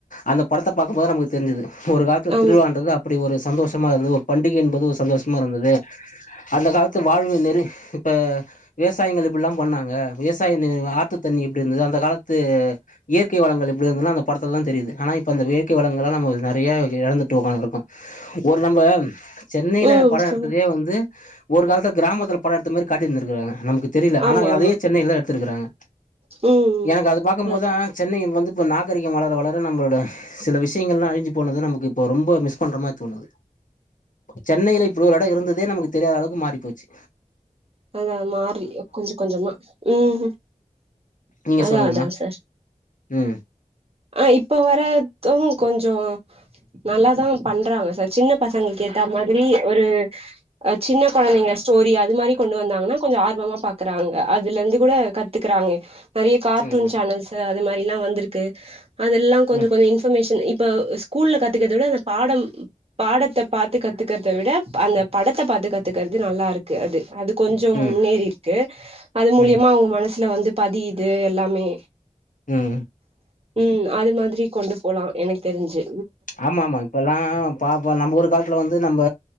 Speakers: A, on the left (about 70°); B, on the right (about 45°).
A: அந்த படத்த பாக்கம்போது நமக்கு தெரிஞ்சுது ஒரு காலத்துல
B: ஆமா
A: திருவிழான்றது அப்டி ஒரு சந்தோஷமா இருந்தது ஒரு பண்டிக என்பது ஒரு சந்தோஷமா இருந்தது அந்த காலத்து வாழ்வு நெறி இப்ப விவசாயங்கள் இப்புட்லா பண்ணாங்க விவசாய ஆற்று தண்ணி எப்டி இருந்தது அந்த காலத்து இயற்கை வளங்கள் எப்டி இருந்ததுன் அந்த படத்தலதா தெரிது ஆனா இப்ப அந்த இயற்கை வளங்களலா நம்ம நெறைய எழந்துட்டு ஒக்காந்ருக்கோ ஒரு நம்ப சென்னைல
B: ம்
A: பட
B: சொல்லு
A: எடுத்ததையே வந்து ஒரு காலத்துல க்ராமத்துல பட எடுத்த மாரி காட்டிருந்திருக்கிறாங்க நமக்கு தெரில
B: ஆமா
A: ஆனா
B: ஆமா
A: அதையே சென்னைலதா எடுத்துருக்கறாங்க
B: ம்
A: எனக்கு அது பாக்கும்போதா
B: அ
A: சென்னை வந்து இப்ப நாகரிகம் வரை வளர நம்ளோட சில விஷயங்கள்லா அழிஞ்சு போனத நமக்கு இப்ப ரொம்ப மிஸ் பண்ற மாரி தோணுது சென்னையில இப்படி ஒரு இடம் இருந்ததே நமக்கு தெரியாத அளவுக்கு மாறிப்போச்சு
B: அ மாறி கொஞ்ச கொஞ்சமா ம்
A: நீங்க
B: அதா
A: சொல்லுங்கம்மா
B: அதா சார்
A: ம்
B: ஆ இப்ப வரது கொஞ்சோ நல்லாதா பண்றாங்க சார் சின்ன பசங்களுக்கேத்தா மாதிரி ஒரு அ சின்ன கொழந்தைங்க ஸ்டோரி அது மாதிரி கொண்டு வந்தாங்கன்னா கொஞ்சம் ஆர்வமா பாக்குறாங்க அதுலருந்து கூட கத்துக்குறாங்க நறைய கார்ட்டூன்
A: ம்
B: சேனல்ஸ் த அது மாரிலா வந்துருக்கு அதெல்லா கொஞ்சோ
A: ம்
B: கொஞ்ச இன்ஃபர்மேஷன் இப்ப ஸ்கூல்ல கத்துக்கரத விட அந்த பாடோ பாடத்த பாத்து கத்துக்கறத விட அந்த படத்த பாத்து கத்துக்கறது நல்லாருக்கு அது அது கொஞ்சோ
A: ம்
B: முன்னேறிருக்கு அது மூலியமா
A: ம்
B: அவங்க மனசுல வந்து பதியுது எல்லாமே
A: ம்
B: ம் அது மாதிரி கொண்டு போலா எனக் தெருஞ்சு
A: ஆமா ஆமாங் இப்போல்லா பாப்ப நம்ம ஒரு காலத்துல் வந்து நம்ப